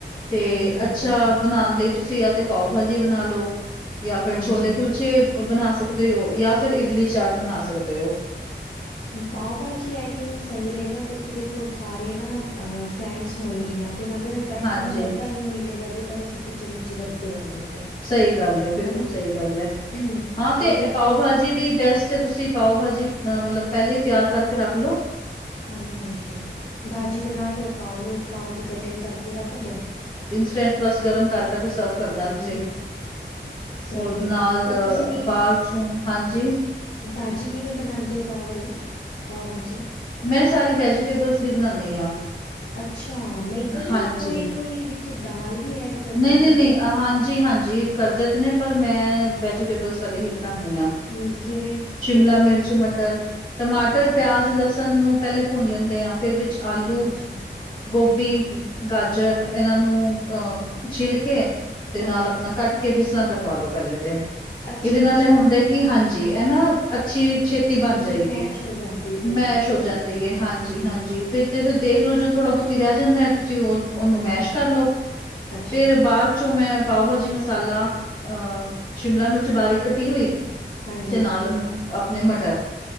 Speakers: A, on the left; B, on the left.
A: ਤੇ
B: ਹਾਂਜੀ-ਹਾਂਜੀ।
A: ਅੱਛਾ ਬਣਾਉਣ ਲਈ ਤੁਸੀਂ ਆ ਤੇ ਪਾਓ ਭਾਜੀ ਬਣਾ ਲੋ ਜਾਂ ਫਿਰ
B: ਹਾਂਜੀ
A: ਛੋਲੇ ਕੁਲਚੇ ਬਣਾ ਸਕਦੇ ਹੋ ਜਾਂ ਫਿਰ ਇਡਲੀ ਚਾਟ ਬਣਾ ਸਕਦੇ ਹੋ।
B: ਪਾਓ ਭਾਜੀ ਆਈ ਥਿੰਕ ਸਹੀ ਰਹੇਗਾ ਕਿਉਂਕਿ ਦੇਖੋ ਸਾਰੇ ਨਾ ਅ ਫੈਨਡਸ ਹੋਣਗੀਆਂ। ਉਹਨਾਂ ਦੇ ਨਾਲ ਬੈਠਣ
A: ਹਾਂਜੀ,
B: ਦਾ ਮੌਕਾ ਹੀ ਨਹੀਂ ਮਿਲੇਗਾ ਜੇਕਰ ਅਸੀਂ ਕਿਚਨ ਵਿੱਚ ਹੀ ਲਗੇ ਰਹੇਗੇ ਤੇ।
A: ਸਹੀ ਗੱਲ ਹੈ ਬਿਲਕੁਲ
B: ਹਨਾ
A: ਸਹੀ ਗੱਲ ਹੈ,
B: ਇਹ
A: ਹਾਂ ਤੇ
B: ਹੈ
A: ਪਾਓ
B: ਕਿ
A: ਭਾਜੀ ਵੀ ਬੈਸਟ ਹੈ ਤੁਸੀਂ? ਪਾਓ ਭਾਜੀ ਅ ਮਤਲਬ ਪਹਿਲੇ ਹੀ ਤਿਆਰ ਕਰਕੇ ਰੱਖ ਲਓ।
B: ਹਾਂਜੀ- ਹਾਂਜੀ ਭਾਜੀ ਬਣਾ ਲੋੋ, ਪਾਓ ਨੂੰ ਪਾਓ ਦੀ ਕਟਿੰਗ ਕਰਕੇ ਰੱਖ ਦੋ।
A: ਚੰਡ ਬਸ ਗਰਮ ਕਰ ਕਰਕੇ ਸਰਵ ਕਰਨਾ
B: ਹਾਂਜੀ
A: ਤੁਸੀਂ।
B: ਸਹੀ
A: ਹੋਰ ਨਾਲ,
B: ਹੈ ਪਰ ਤੁਸੀਂ
A: ਬਾਅਦ ਚੋ ਹਾਂਜੀ?
B: ਭਾਜੀ ਕਿਵੇਂ ਬਣਾਉਂਦੇ ਹੋ, ਪਾਓ ਵਾਲੀ, ਪਾਓ ਭਾਜੀ।
A: ਮੈਂ ਸਾਰੀ ਵੈਜੀਟੇਬਲਸ ਦੀ ਬਣਾਉਦੀ ਹਾਂ।
B: ਅੱਛਾ, ਨਹੀਂ ਤੇ ਨਾ
A: ਹਾਂਜੀ
B: ਕੋਈ -ਕੋਈ ਵਿੱਚ ਦਾਲ ਵੀ ਐਡ ਕਰਦਾ
A: ਨਹੀਂ ਨਹੀਂ
B: ਹਨਾ।
A: ਨਹੀਂ ਹਾਂਜੀ- ਹਾਂਜੀ ਕਰਦੇ ਤੇ ਨੇ, ਪਰ ਮੈਂ ਵੈਜੀਟੇਬਲਸ ਵਾਲੀ ਹੀ ਬਣਾਉਦੀ ਹਾਂ।
B: ਹੂੰ, ਕਿਵੇਂ
A: ਸ਼ਿਮਲਾ
B: ਥੋੜਾ ਸਾ
A: ਮਿਰਚ, ਮਟਰ, ਟਮਾਟਰ,
B: ਅੱਛਾ,
A: ਪਿਆਜ, ਲਸਣ? ਲਸਣ ਨੂੰ ਪਹਿਲੇ ਭੁੰਨ ਲੈਂਦੇ ਹਾਂ, ਫਿਰ ਵਿੱਚ ਆਲੂ,
B: ਅੱਛਾ,
A: ਗੋਭੀ?
B: ਹੂੰ,
A: ਗਾਜਰ, ਇਹਨਾਂ ਨੂੰ ਅਹ ਛਿੱਲ ਕੇ, ਤੇ
B: ਹਾਂਜੀ,
A: ਨਾਲ ਆਪਣਾ ਕੱਟ? ਕਿ ਬਿਸਰਾਂ ਕਰਵਾ ਲੋ ਪਹਿਲੇ ਤੇ,
B: ਅੱਛਾ-ਅੱਛਾ,
A: ਇਹਦੇ ਨਾਲ ਇਹ ਹੁੰਦਾ ਕਿ ਹਾਂਜੀ ਇਹ ਨਾ? ਅੱਛੀ, ਛੇਤੀ ਬਣ
B: ਪੂਰੀ
A: ਜਾਏਗੀ
B: ਮੈਸ਼ ਹੋ ਜਾਂਦੀ ਫਿਰ
A: ਮੈਂਸ?
B: ਤੇ ਹਨਾ?
A: ਹੋ ਜਾਂਦੀ ਹੈ ਹਾਂਜੀ-
B: ਹੂੰ,
A: ਹਾਂਜੀ, ਫਿਰ ਤੁਸੀਂ ਦੇਖਲੋ ਜੋ ਥੋੜਾ ਬਹੁਤੀ ਰਹਿ ਜਾਂਦਾ ਹੈ ਤੁਸੀਂ ਉਹ? ਉਹਨੂੰ
B: ਹਾਂਜੀ,
A: ਮੈਸ਼ ਕਰਲੋ,
B: ਅੱਛਾ,
A: ਫਿਰ ਬਾਅਦ? ਚੋਂ ਮੈਂ ਪਾਓ ਭਾਜੀ ਮਸਾਲਾ, ਅਹ ਸ਼ਿਮਲਾ ਮਿਰਚ ਬਾਰੀਕ ਕੱਟੀ ਹੋਈ?
B: ਹਾਂਜੀ,
A: ਤੇ ਨਾਲ ਆਪਣੇ ਮਟਰ,